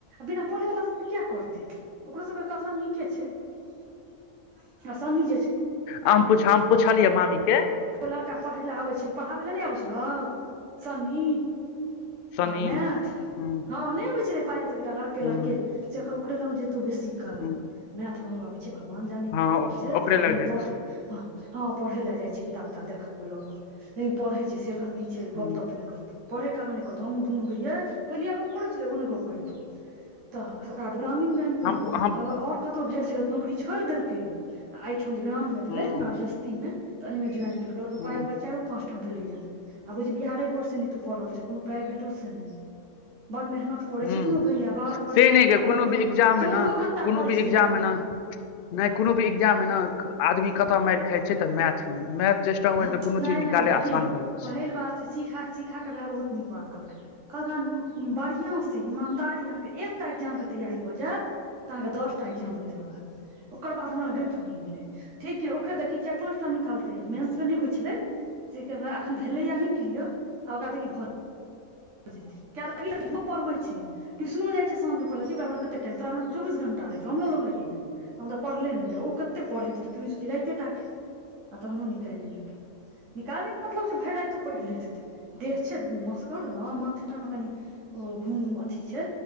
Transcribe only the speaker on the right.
बिना पढ़े वला कियै करतै ओकरो सबके कथन नीके छै आ सनी जे छै
लड़का पढ़ै ले आबै छल पढ़ा पहिले नहि अबै छलौ सनी
आ मैथ
हँ नहि अबै छलै पायल सब के साथ लड़के
लड़के जेकर ओकरे लग जेते तो बेसी कह
मैथ बनबाबै छै भगवान जाने
की करय छै
पढ़े
हँ हँ पढ़े लए जाइ छी किताब ताब देखबो लऽ क लेकिन पढ़े छै से फुनगी छै गप
तप न करतो पढ़े कालमे नहि करतहु हमँ दुनू रहियै पयलीया गप करै छलै ओ ने गप करितहु तऽ ओकरा ग्रामीण बैंक मे
भऽ गेले
कहलक आओर कतौ भेल छलो नोकरी छोड़ि देलके एहिठाम जे ग्राम मे भेले
अपना दस्ती मे तऽ एहि मे ज्वाइन केलक के
पायल ओकरा चारि ओ पाच ठाम भेले यै आ बुझि बिहारे बोर्डसँ नीतू पढ़ल छै कोनो प्राइभेटोसँ नहि बड़ मेहनत करै
छथिन ओ भैया बारह बारह
राति
तक
मने
चौदहो
घण्टा
करय
छथिन
हँ
नहि
नहि देखी
पहिल बात छै सीखा सीखा कऽ भाय बहुत नीक बात कहलकै कहलकख हन बढ़िया से ईमानदारी अहाँके एकटा एग्जाम के तैयारी भऽ जायत तऽ अहाँके दसटा एग्जाम निकल लागल ओकर बाद हमरा गठ बनि गेलै ठीके ओकरे देखही चार पाँचटा निकालके मेंस नहि होइ छलै तै के बाद एखन भेलैयै नहि किल्यिर आ ओकरा देखि भऽ जेतै कियै कि उहो देखि पढ़बै छै ट्यूशनो जाइ छै साझमे पढेलै बुझि ओकरा लग कते टाइम तोरा लग चौबीस घंटा हमरो लग रहैया हम त पढ़ले ने होय यै ओ कते पढ़ैत हेतै तूं ही सोचहीं राइते टा के आ तहनो निकालि लेल निकालै के मतलब छै भरि राति पढ़ि लैत ह देह छै मसरल ने माथेटा मे कनि ओ घुम अथी छै